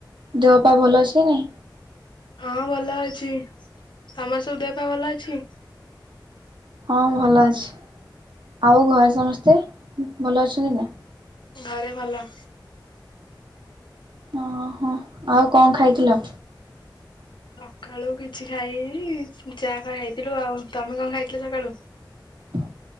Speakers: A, on the right; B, on the left.
A: ଦେହପା ଭଲ ଅଛିେ ନାଇଁ
B: ହଁ ଭଲ ଅଛି ତମର ସବୁ ଦେହ ପାଇଁ ଭଲ ଅଛି
A: ହଁ ଭଲ ଅଛି ଆଉ ଘରେ ସମସ୍ତେ ଭଲ ଅଛନ୍ତି ନା
B: ଘରେ ଭଲ
A: ଓ ହୋ ଆଉ କଣ ଖାଇଥିଲ
B: ସକାଳୁ କିଛି ଖାଇନି ଚାହା ଖ ଖାଇଥିଲୁ ଆଉ ତମେ କଣ ଖାଇଥିଲ ସକାଳୁ
A: <inaudible>